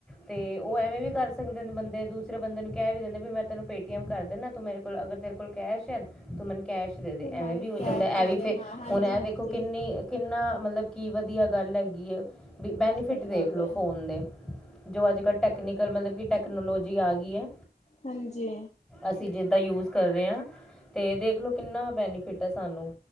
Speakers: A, in the centre; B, on the left.
A: ਤੇ ਉਹ ਐਵੇਂ ਵੀ ਕਰ ਸਕਦੇ ਨੇ ਬੰਦੇ ਤੇ ਦੂਸਰੇ ਬੰਦੇ ਨੂੰ ਕਹਿ ਵੀ ਦਿੰਦੇ ਵੀ ਮੈਂ ਤੈਨੂੰ ਪੇਟੀਐਮ ਕਰ ਦਿੰਦਾ ਤੂੰ ਮੇਰੇ ਕੋਲ ਅਗਰ ਤੇਰੇ ਕੋਲ ਕੈਸ਼ ਹੈ ਤੂੰ ਮੈਨੂੰ ਕੈਸ਼ ਐਵੇਂ
B: ਤੂੰ ਮੈਨੂੰ
A: ਵੀ ਹੋ ਜਾਂਦਾ
B: ਕੈਸ਼ ਦੇ
A: ਇਹ ਵੀ
B: ਦੇ
A: ਫੇਰ,
B: ਹਾਂ ਹਾਂਜੀ
A: ਹੁਣ ਇਹ
B: ਹਾਂਜੀ
A: ਦੇਖੋ ਕਿੰਨੇ- ਕਿੰਨਾ ਮਤਲਬ ਕੀ ਵਧੀਆ ਗੱਲ ਹੈਗੀ ਐ, ਬੀ ਬੈਨੀਫਿਟ
B: ਸਹੀ
A: ਦੇਖ
B: ਗੱਲ
A: ਲੋ
B: ਹੈ
A: ਫੋਨ ਦੇ। ਜੋ ਅੱਜ ਕੱਲ੍ਹ ਟੈਕਨੀਕਲ ਮਤਲਬ ਕਿ ਟੈਕਨੋਲੋਜੀ ਆ ਗਈ ਐ।
B: ਹਾਂਜੀ
A: ਅਸੀਂ ਜਿੱਦਾਂ ਯੂਜ ਕਰ ਰਹੇ ਹਾਂ, ਤੇ ਦੇਖਲੋ ਕਿੰਨਾ ਬੈਨੀਫਿਟ ਹੈ ਸਾਨੂੰ।